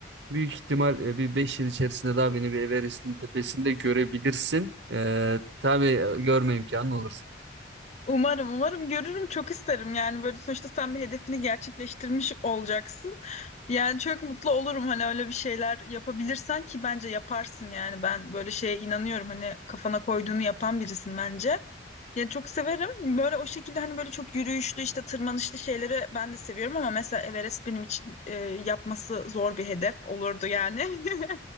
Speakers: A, on the right; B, on the left.
A: Büyük ihtimal e, bir 5 yıl içerisinde daha beni bir Everest'in tepesinde görebilirsin. E, tabii e, görme imkanı olursa.
B: Umarım, umarım görürüm. Çok isterim yani böyle sonuçta sen bir hedefini gerçekleştirmiş olacaksın. Yani çok mutlu olurum hani öyle bir şeyler yapabilirsen ki bence yaparsın yani ben böyle şeye inanıyorum hani kafana koyduğunu yapan birisin bence. Yani çok severim. Böyle o şekilde hani böyle çok yürüyüşlü işte tırmanışlı şeyleri ben de seviyorum ama mesela Everest benim için e, yapması zor bir hedef olurdu yani. <laughs>